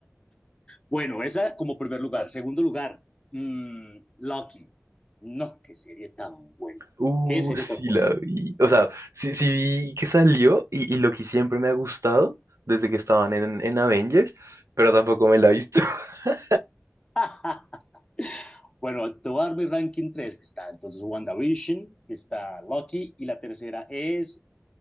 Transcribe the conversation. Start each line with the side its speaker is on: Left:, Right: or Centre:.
Left: Bueno, esa como primer lugar. Segundo lugar, mm, Lucky. No, qué serie tan buena.
Right: Uh,
Left: Qué serie
Right: sí
Left: tan buena.
Right: la vi. O sea, sí, sí vi que salió y, y lo que siempre me ha gustado desde que estaban en, en Avengers, pero tampoco me la he visto. <laughs>
Left: <laughs> Bueno, te voy a dar mi ranking tres que está entonces WandaVision, que está Lucky, y la tercera es